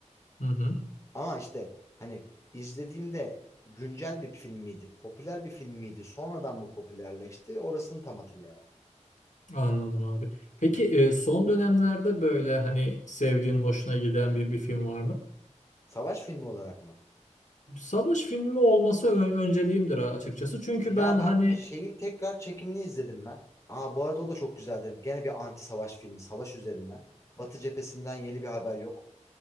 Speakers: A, on the left; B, on the left.
A: Hı hı,
B: ama işte hani izlediğimde güncel bir film miydi popüler bir film miydi sonradan mı popülerleşti orasını tam hatırlayamadım.
A: anladım abi. Peki
B: Hı hı.
A: e, son dönemlerde böyle hani sevdiğin, hoşuna giden bir, bir film var mı?
B: Savaş filmi olarak mı?
A: Savaş filmi olması ö- önceliğimdir açıkçası. Çünkü
B: Ya
A: ben
B: bak
A: hani
B: şeyin tekrar çekimini izledim ben. Aa bu arada o da çok güzeldir. Gene bir anti savaş filmi, savaş üzerinden. Batı cephesinden yeni bir haber yok.